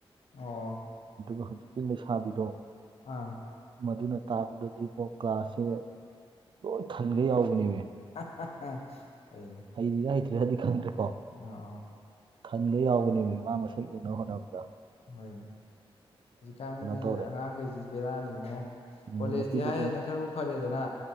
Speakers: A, on the left (about 85°); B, on the right (about 55°).
A: ꯑꯣ
B: ꯑꯗꯨꯒ ꯍꯧꯖꯤꯛꯀꯤ ꯂꯩꯁꯥꯕꯤꯗꯣ
A: ꯑꯥ
B: ꯃꯗꯨꯅ ꯇꯥꯛꯄꯗꯗꯤ ꯑꯃꯛ ꯀ꯭ꯂꯥꯁꯁꯦ ꯂꯣꯏ ꯊꯜꯒꯩ ꯌꯥꯎꯕꯅꯦꯃꯤ
A: ꯍꯥ ꯍꯥ ꯍꯥ ꯐꯩꯅꯦ
B: ꯍꯩꯔꯤꯔ ꯍꯩꯇ꯭ꯔꯤꯔ ꯍꯥꯏꯗꯤ ꯈꯪꯗ꯭ꯔꯦꯀꯣ
A: ꯑꯣ ꯑꯣ
B: ꯈꯪꯒꯩ ꯌꯥꯎꯕꯅꯦꯃꯤ
A: ꯑꯗꯨꯅꯤ
B: ꯁꯒꯤ ꯍꯅ ꯄꯨꯥ
A: ꯍꯣꯏꯅꯦ ꯍꯧꯖꯤꯛꯀꯥꯟꯒꯤ
B: ꯇꯧꯔꯦ
A: ꯑꯉꯥꯡꯈꯩꯁꯤꯗꯤ ꯕꯦꯔꯥꯅꯤ ꯏꯕꯨꯉꯣ
B: ꯎꯝ
A: ꯀꯣꯂꯦꯖꯇꯤ
B: ꯅꯨꯄꯤꯗꯨꯁꯨ
A: ꯍꯥꯏ ꯍꯥꯏꯅ ꯈꯔꯕꯨ ꯐꯔꯦꯗꯅ